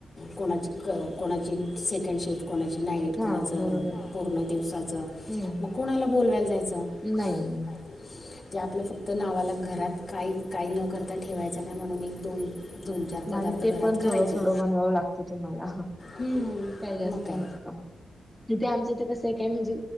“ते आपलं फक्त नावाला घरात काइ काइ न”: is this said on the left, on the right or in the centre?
Left